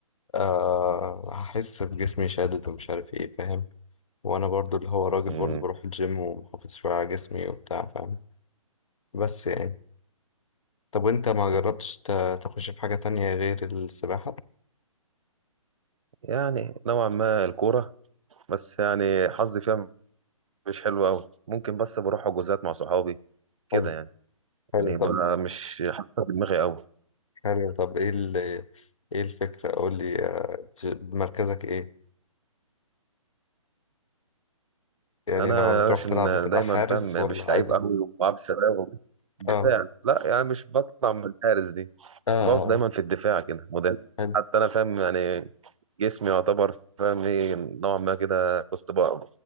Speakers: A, on the left; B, on the right.
A: أه هحس بجسمي شادد ومش عارف ايه فاهم وانا برضو اللي هو راجل
B: مم.
A: برضو بروح الجيم ومحافظ شوية على جسمي وبتاع فاهم بس يعني طب وانت ما جربتش ت- تخش في حاجة تانية غير السباحة
B: يعني نوعا ما الكورة بس يعني حظي فيها مش حلو أوي ممكن بس بروح حجوزات مع صحابي كده
A: حلو
B: يعني
A: حلو
B: يعني بقى
A: طب
B: مش حاطة في دماغي أوي
A: حلو طب ايه ال ايه الفكرة قول لي آه، بت- مركزك ايه يعني
B: أنا
A: لما بتروح
B: عشان
A: تلعب بتبقى
B: دايما
A: حارس
B: فاهم
A: ولا
B: مش لعيب
A: عادي
B: أوي وما بعرفش شباب دفاع
A: اه
B: لا يعني مش بطلع من الحارس دي
A: اه آه،
B: بقف دايما في الدفاع كده مدافع
A: حلو
B: حتى أنا فاهم يعني جسمي يعتبر فاهم ايه نوعا ما كده كنت بقى